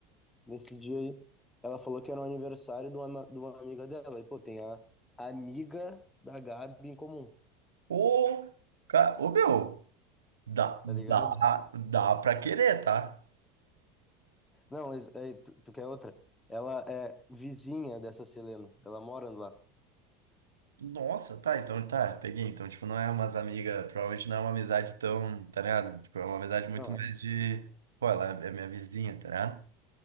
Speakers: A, on the left; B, on the right.
A: nesse dia aí. Ela falou que era o aniversário de uma, de uma amiga dela. E, pô, tem a amiga da Gabi em comum,
B: Ô, ca- ô, meu. Dá,
A: tá
B: dá,
A: ligado?
B: dá pra querer, tá?
A: Não, mas é, tu, tu quer outra? Ela é vizinha dessa Selena. Ela mora lá.
B: Nossa, tá, então tá, peguei. Então, tipo, não é umas amigas, provavelmente não é uma amizade tão, tá ligado? Tipo, é uma amizade muito
A: Não,
B: mais de. Pô, ela é minha vizinha, tá ligado?